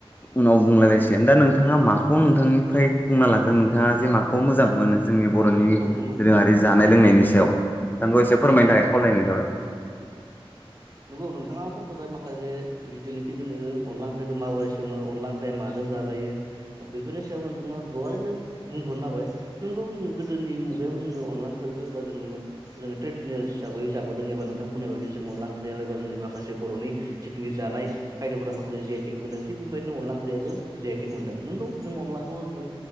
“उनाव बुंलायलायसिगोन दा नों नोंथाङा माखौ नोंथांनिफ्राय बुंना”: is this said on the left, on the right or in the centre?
Left